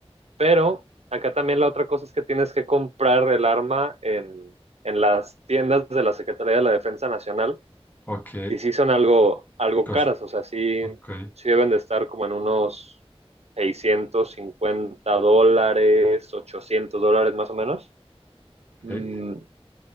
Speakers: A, on the right; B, on the left.
A: pero acá también la otra cosa es que tienes que comprar el arma en, en las tiendas de la Secretaría de la Defensa Nacional.
B: ok,
A: Y sí son algo, algo
B: cosa,
A: caras, o sea, sí,
B: ok,
A: sí deben de estar como en unos 650 dólares, 800 dólares más o menos. Mm,
B: ok,